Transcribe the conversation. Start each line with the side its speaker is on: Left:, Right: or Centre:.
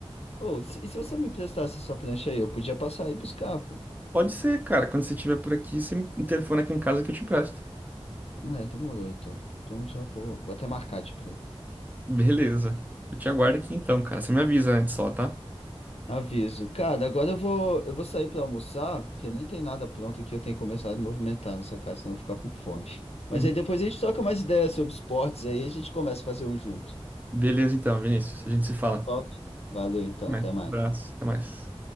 Left: Pô, se- e se você me prestasse a sua prancha aí, eu podia passar e buscar, pô.
Right: Pode ser, cara. Quando você estiver por aqui, você me telefona aqui em casa que eu te empresto.
Left: É, demorou então. Então já vou, vou até marcar de print.
Right: Beleza. Eu te aguardo aqui então, cara. Você me avisa antes só, tá?
Left: Aviso. Cara, agora eu vou, eu vou sair pra almoçar, porque nem tem nada pronto aqui, eu tenho que começar a movimentar nessa casa, senão eu vou ficar com fome. Mas
Right: <laughs>
Left: aí depois a gente troca mais ideias sobre esportes aí, a gente começa a fazer um junto.
Right: Beleza então, Vinícius. A gente se fala.
Left: Top. Valeu então,
Right: Até mais.
Left: até mais.
Right: Um abraço. Até mais.